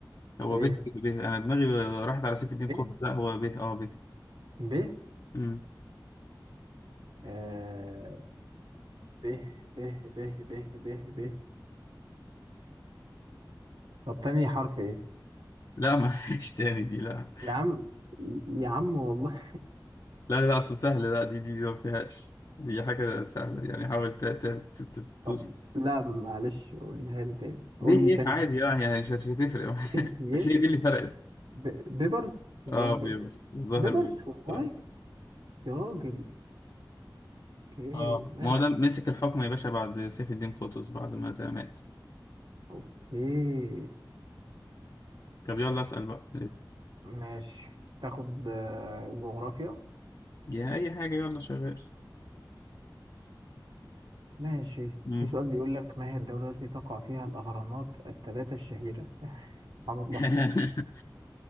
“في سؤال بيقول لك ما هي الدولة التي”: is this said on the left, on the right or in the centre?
Right